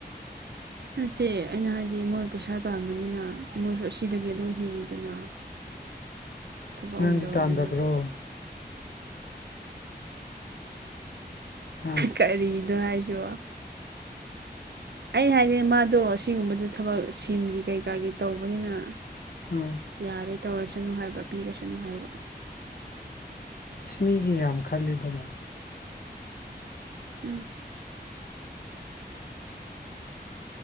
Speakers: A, on the right; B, on the left.
A: ꯅꯠꯇꯦ ꯑꯩꯅ ꯍꯥꯏꯗꯤ ꯃꯣꯏ ꯄꯩꯁꯥ ꯇꯥꯟꯕꯅꯤꯅ ꯃꯣꯏꯁꯨ ꯑꯁꯤꯗꯒꯤ ꯑꯗꯨꯝ ꯍꯤꯡꯉꯤꯗꯅ ꯊꯕꯛ
B: ꯅꯪꯗꯤ
A: ꯑꯣꯏꯅ ꯇꯧꯋꯤꯗꯅ
B: ꯇꯥꯟꯗꯕ꯭ꯔꯣ ꯑ
A: ꯀꯔꯤꯗ ꯍꯥꯏꯖꯣ ꯑꯩ ꯍꯥꯏꯗꯤ ꯃꯥꯗꯣ ꯑꯁꯤꯒꯨꯝꯕꯗ ꯊꯕꯛ ꯁꯤꯝꯒꯤ ꯀꯩꯀꯥꯒꯤ ꯇꯧꯕꯅꯤꯅ
B: ꯑꯥ
A: ꯌꯥꯔꯦ ꯇꯧꯔꯁꯅꯨ ꯍꯥꯏꯕ ꯄꯤꯔꯁꯅꯨ ꯍꯥꯏꯕ
B: ꯏꯁ ꯃꯤꯒꯤ ꯌꯥꯝ ꯈꯜꯂꯤꯗꯅ
A: ꯎꯝ